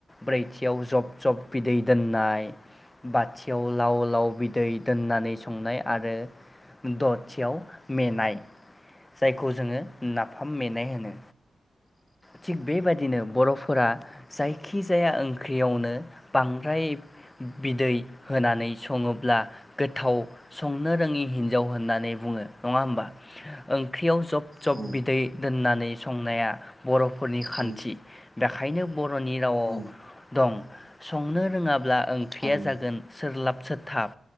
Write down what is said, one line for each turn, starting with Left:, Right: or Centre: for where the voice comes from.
Left: ब्रैथियाव जब जब बिदै दोननाय बाथि एव लाव लाव बिदै होननानै संनाय आ आरो दथियाव मेनाय जायखौ जोङो नाफाम मेनाय होनो। थिग बेबादिनो बर'फोरा जायखिजाया ओंख्रियावनो बांद्राय बिदै होनानै सङोब्ला। गोथाव संनो रोङि हिनजाव होननानै बुङो नङा होमबा? ओंख्रियाव जब जब
Centre: औ
Left: बिदै दोननानै संनाया बर'फोरनि खान्थि
Centre: औ
Left: बेखायनो बर'नि रावाव
Centre: औ
Left: दं संनो रोङाब्ला ओंख्रिया
Centre: थारैनो
Left: जागोन सोरलाब सोथाब।